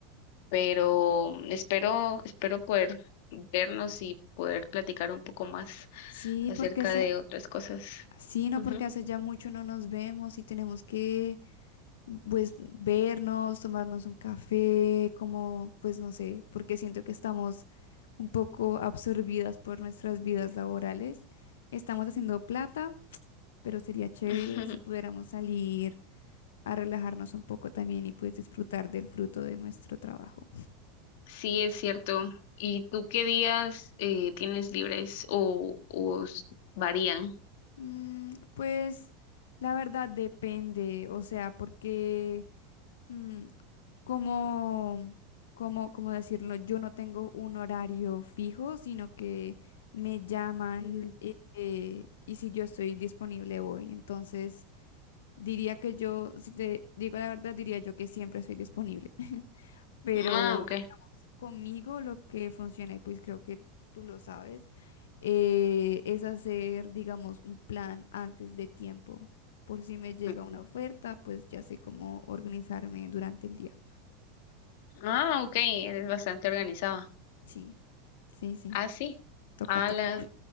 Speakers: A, on the left; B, on the left.
A: Pero espero, espero poder vernos y poder platicar un poco más
B: Sí,
A: acerca
B: porque hace,
A: de otras cosas.
B: sí, no,
A: Ujú.
B: porque hace ya mucho no nos vemos y tenemos que pues vernos, tomarnos un café, como pues no sé, porque siento que estamos un poco absorbidas por nuestras vidas laborales. Estamos haciendo plata pero sería chévere
A: <laughs>
B: si pudiéramos salir a relajarnos un poco también y pues disfrutar del fruto de nuestro trabajo.
A: Sí, es cierto. ¿Y tú qué días eh, tienes libres o, o s- varían?
B: Mm, pues la verdad depende, o sea, porque mm, como, como, como decirlo, yo no tengo un horario fijo, sino que me llaman
A: Ujú.
B: eh, eh, y si yo estoy disponible voy. Entonces diría que yo, si te digo la verdad, diría yo que siempre soy disponible. <laughs> pero
A: Ah, ok.
B: Conmigo lo que funciona, y pues creo que tú lo sabes, eh, es hacer, digamos, un plan antes de tiempo. Por si me llega
A: Ujú.
B: una oferta, pues ya sé cómo organizarme durante el día.
A: Ah, ok, eres bastante organizada.
B: Sí, sí, sí,
A: Ah, sí.
B: toca,
A: Ala,
B: toca.